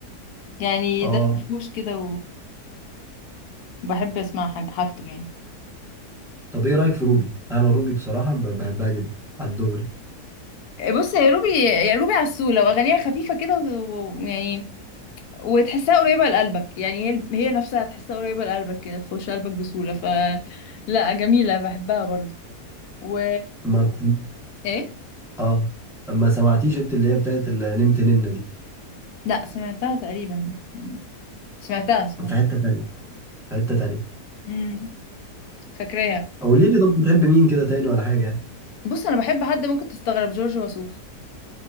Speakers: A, on the left; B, in the centre.
A: يعني
B: أه
A: ده فرفوش كده وبحب اسمع حاج- حاجته يعني
B: طب إيه رأيك في روبي أنا روبي بصراحة ب- بحبها جدا على الدغري
A: بص يا روبي يا روبي عسول لو اغانيها خفيفه كده ويعني وتحسها قريبة لقلبك يعني هي هي نفسها تحسها قريبة لقلبك كده تخش قلبك بسهولة ف لا جميلة بحبها برضو و
B: ما أنت
A: ايه
B: أه ما سمعتيش أنت اللي هي بتاعت اللي نمت ننة دي
A: لا سمعتها تقريبا سمعتها سمعتها
B: في حتة تانية في حتة تانية
A: امم فاكراها
B: او ليه لي طب بتحب مين كده تاني ولا حاجه يعني؟
A: بص انا بحب حد ممكن تستغرب جورج وسوف